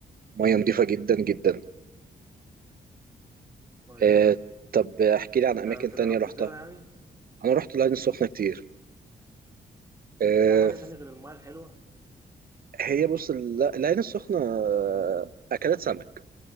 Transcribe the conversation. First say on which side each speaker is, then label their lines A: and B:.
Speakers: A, on the right; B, on the right.
A: مية نضيفة جدا جدا
B: كويس
A: آه
B: والله
A: طب احكي لي عن
B: أنت
A: أماكن
B: أنت
A: تانية
B: جربت
A: رحتها
B: تزورها يعني؟
A: أنا رحت العين السخنة كتير آه
B: فيها حاجة تانية غير المياه الحلوة؟
A: هي بص ال- العين السخنة آه، أكلات سمك